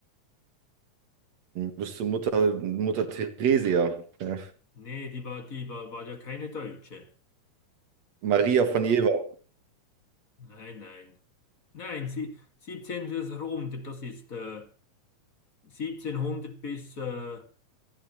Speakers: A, on the right; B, on the left.
A: Bist du Mutter, Mutter Theresia? Ja.
B: Nee, die war, die war, war ja keine Deutsche.
A: Maria von Jever.
B: Nein, nein. Nein, sie, 17. Jahrhundert, das ist äh, 1700 bis äh,